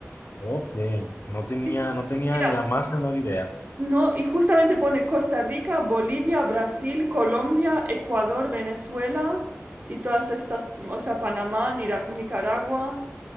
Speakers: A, on the left; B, on the right.
A: Ok, no tenía,
B: Sí.
A: no tenía
B: Mira,
A: ni la más menor idea.
B: no, y justamente pone Costa Rica, Bolivia, Brasil, Colombia, Ecuador, Venezuela y todas estas, o sea, Panamá, Nira- Nicaragua.